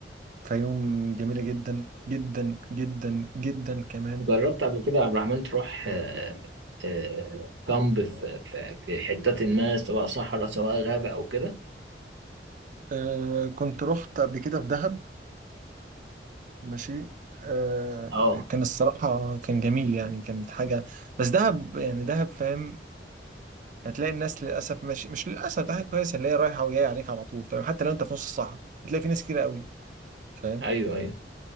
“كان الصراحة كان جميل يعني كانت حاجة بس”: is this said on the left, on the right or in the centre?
Right